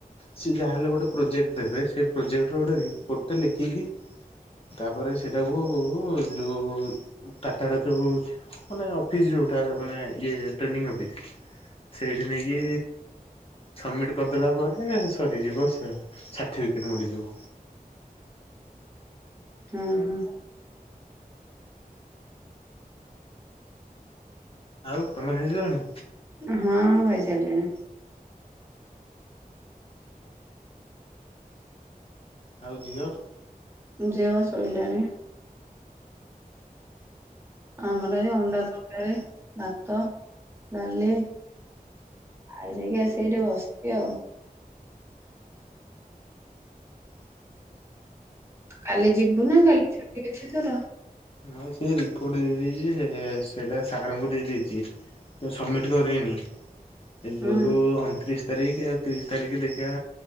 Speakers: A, on the left; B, on the right.
A: ସିଏ ଯାହାହେଲେ ଗୋଟେ ପ୍ରୋଜେକ୍ଟ ଦେବେ। ସେ ପ୍ରୋଜେକ୍ଟର ଗୋଟେ ରିପୋଟ୍‌ ଟେ ଲେଖିକି ତାପରେ ସେଟାକୁ ଯୋଉ ଟାଟାର ଯୋଉ ମାନେ ଅଫିସ୍‌ ଯଉଟା ମାନେ ଇଏ ଟ୍ରେନିଙ୍ଗ୍ ଅଫିସ୍ ସେଇଠି ନେଇ କି ସବ୍ ମିଟ କଲାପରେ ସରିଯିବ ସ ସାଟିଫିକଟ୍ ମିଳିଯିବ।
B: ହଁ ହଁ।
A: ଆଉ ତମେ ଖାଇ ସାଇଲଣି?
B: ହଁ ଖାଇସାଇଲିଣି।
A: ଆଉ ଝିଅ?
B: ଝିଅ ଶୋଇଲାଣି। ଆମର ଏ ଅଣ୍ଡା ତରକାରୀ, ଭାତ, ଡାଲି ଖାଇ ଦେଇକି ଆସି ଏଇଟି ବସିଚି ଆଉ। କାଲି ଯିବୁ ନା କାଲି ଛୁଟି ଅଛି ତୋର?
A: ନାଇ ସେ ରିପୋର୍ଟ ଦେଇ ଦେଇଦେଇଛି ସେଇଟା ସାର୍ ଙ୍କୁ ଦେଇଦେଇଛି। ମୁଁ ସବ୍‌ମିଟ୍ କରିନି ଏ
B: ହଁ
A: ଯଉଁ ଅଣତିରିଶ ତାରିଖ ଆଉ ତିରିଶ ତାରିଖ ଦେଖିବା,